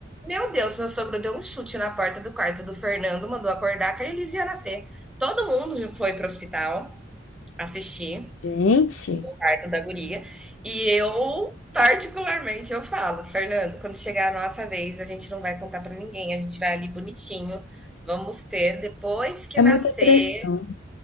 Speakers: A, in the centre; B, on the left (about 80°).
A: Meu Deus, meu sogro deu um chute na porta do quarto do Fernando, mandou acordar que a Elis ia nascer. Todo mundo foi pro hospital. Assisti
B: Gente,
A: o parto da guria, e eu, particularmente, eu falo: "Fernando, quando chegar a nossa vez, a gente não vai contar pra ninguém, a gente vai ali bonitinho, vamos ter, depois que
B: é
A: nascer,
B: muita pressão.